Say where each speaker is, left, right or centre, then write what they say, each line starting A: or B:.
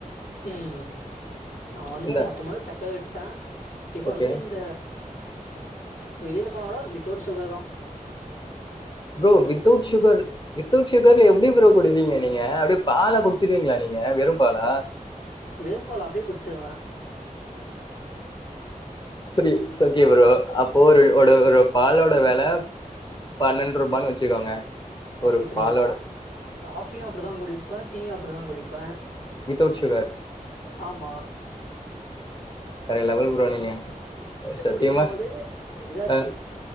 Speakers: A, on the left; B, on the left.
A: ம் நா வந்து
B: இந்த
A: மொத்தமா சக்கரை விட்டே இப்ப
B: ஓகே
A: வந்து இந்த வெளில போனா குட வித்தவுட் சுகர் தா
B: ப்ரோ வித்தவுட் சுகர் வித்தவுட் சுகர்ல எப்டி ப்ரோ குடிப்பீங்க நீங்க அப்டியே பால குடிச்சிருவீங்களா நீங்க வெறு பாலா
A: வெறு பால அப்டியே குடிச்சிருவே
B: சரி இட்ஸ் ஓகே ப்ரோ அப்போ ஒரு ஒரு ஒரு பாலோட வெல பன்னெண்டு ரூபான்னு வச்சுக்கோங்க ஒரு
A: இப்ப
B: பாலோட
A: நீங்க பாத்திங்கன்னா காஃபியு அப்டிதா குடிப்பே டீயு அப் டிதா குடிப்பே
B: வித்தவுட் சுகர்
A: ஆமா
B: வேற லெவல் ப்ரோ நீங்க
A: <unintelligible>
B: சத்தியமா
A: குடிக்கும் போது இதாச்சி
B: அ